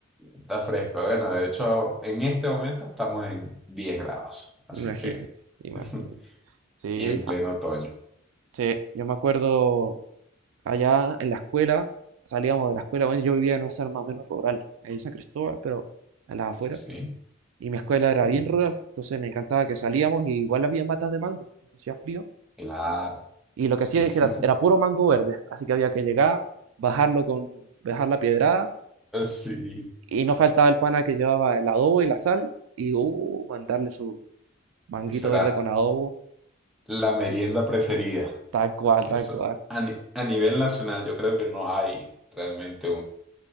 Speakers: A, in the centre; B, on the right.
A: está fresco. Bueno, de hecho, en este momento estamos en 10 grados, así
B: Imagínate,
A: que,
B: imagínate.
A: <laughs>
B: Sí,
A: y en pleno
B: ah,
A: otoño.
B: sí, yo me acuerdo Allá en la escuela, salíamos de la escuela, bueno, yo vivía en una zona más o menos rural, en San Cristóbal, pero a las afueras.
A: Sí,
B: Y mi escuela era
A: ujú,
B: bien rural, entonces me encantaba que salíamos y igual había matas de mango, aunque hacía frío.
A: claro.
B: Y lo que hacía
A: <laughs>
B: es que era, era puro mango verde, así que había que llegar, bajarlo con, bajar la piedrada,
A: Sí,
B: y no faltaba el pana que llevaba el adobo y la sal, y uh, mandarle su manguito
A: será
B: verde con adobo,
A: la merienda preferida.
B: tal cual,
A: Sí,
B: tal
A: eso.
B: cual.
A: A, ni- a nivel nacional, yo creo que no hay realmente